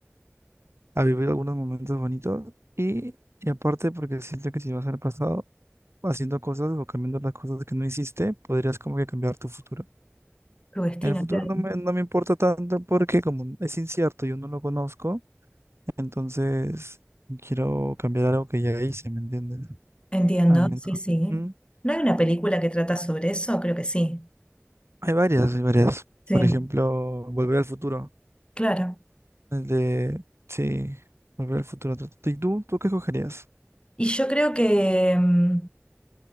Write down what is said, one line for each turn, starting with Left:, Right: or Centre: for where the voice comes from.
Right: a vivir algunos momentos bonitos y, y aparte porque siento que si vas al pasado haciendo cosas o cambiando las cosas que no hiciste, podrías como que cambiar tu futuro.
Left: Tu destino,
Right: En el futuro
Left: claro.
Right: no me, no me importa tanto porque como es incierto, yo no lo conozco, entonces quiero cambiar algo que ya hice, ¿me entiendes?
Left: Entiendo,
Right: Al menos.
Left: sí, sí.
Right: Ujú.
Left: ¿No hay una película que trata sobre eso? Creo que sí.
Right: Hay varias, hay varias.
Left: Sí,
Right: Por ejemplo, volver al futuro.
Left: claro.
Right: El de, sí, volver al futuro. ¿Y tú, tú qué escogerías?
Left: Y yo creo que mm,